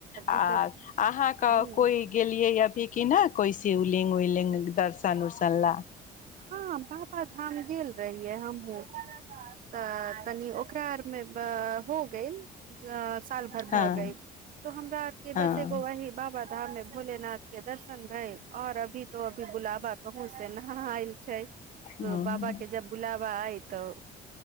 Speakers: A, on the left; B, on the right.
A: आ
B: ई तऽ
A: अहाँके
B: ह
A: कोइ गेलियै फ किी न कोइस उलिंग उलिंग दर्शन उर्शन ल
B: हँ बाबाधाम गेल रहियै हमहहुँ तऽ तनी ओ अकरारमे हो गेल साल भर
A: हँ
B: भ गई तो हमरा आर के
A: हँ
B: बस एगो वही बाबा धाम मे भोलेनाथ के दर्शन भएऔर अभी तो अभी गुलाब आ कहूं से ने ल छै तो
A: हँ
B: बाबा के जब बुलाबा आय तऽ